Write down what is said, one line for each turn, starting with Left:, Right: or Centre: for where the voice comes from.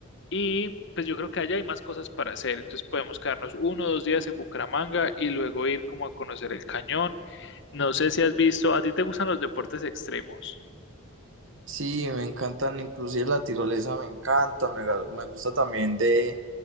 Left: y pues yo creo que allá hay más cosas para hacer. Entonces podemos quedarnos uno o dos días en Bucaramanga y luego ir como a conocer el cañón. No sé si has visto, ¿a ti te gustan los deportes extremos?
Right: Sí, me encantan, inclusive la tirolesa me encanta, me, ga- me gusta también de